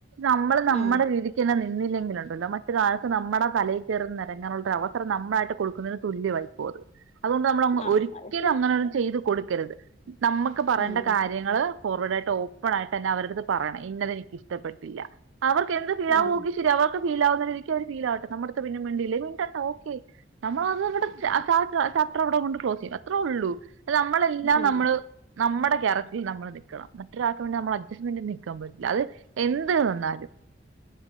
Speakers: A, on the right (about 75°); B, on the left (about 35°).
A: നമ്മള് നമ്മുടെ
B: ഉം
A: രീതിക്ക് തെന്നെ നിക്ക നിന്നില്ലെങ്കിലുണ്ടല്ലോ മറ്റൊരാൾക്ക് നമ്മടെ തലയിൽ കേറിനേരങ്ങാനുള്ള ഒരു അവസരം നമ്മളായിട്ട് കൊടുക്കുന്നതിന് തുല്യവായിപ്പോകും ഒത് അതുകൊണ്ട് നമ്മള്
B: ആ
A: ഒരിക്കലും
B: അത് ശരി
A: അങ്ങനെന്നും ചെയ്ത് കൊടുക്കരുത്. നമ്മുക്ക് പറയേണ്ട
B: ഉം
A: കാര്യങ്ങള്. അവരുയിട്ട് ഓപ്പൺ ആയിട്ട് തന്നെ അവരടുത്ത് പറയണം ഇന്നത് എനിക്ക് ഇഷ്ടപ്പെട്ടില്ല അവർക്ക് എന്ത് പിഴവുക്കി
B: ഉം ഉം
A: ശരി അവർക്ക് ഫീലാവുന്നരീതിക്ക് അവർ ഫീലട്ടെ നമ്മളെടത് പിന്നെ മിണ്ടിലാക്കിൽ പിന്നെ മിണ്ടണ്ട ഒക്കെ നമ്മള്ളത് <unintelligible> അത്രടെ കൊണ്ട് ക്ലോസ് ചെയ്യും അത്രേയൊള്ളൂ നമ്മളെല്ലാം.
B: ഉം
A: നമ്മള് നമ്മടെ കാരക്ടറിൽ നമ്മൾ നിക്ക ക്കണം മറ്റൊരാൾക്ക് വേണ്ടി നമ്മൾ അഡ്ജസ്റ്റ്മെന്റ് നിൽക്കാൻ പറ്റില്ല അത് എന്തിനിന്നാലും